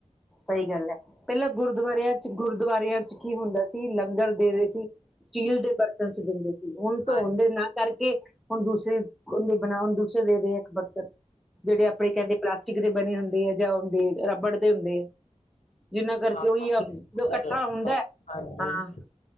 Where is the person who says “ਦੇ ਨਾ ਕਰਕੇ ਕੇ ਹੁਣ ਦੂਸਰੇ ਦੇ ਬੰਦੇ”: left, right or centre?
Centre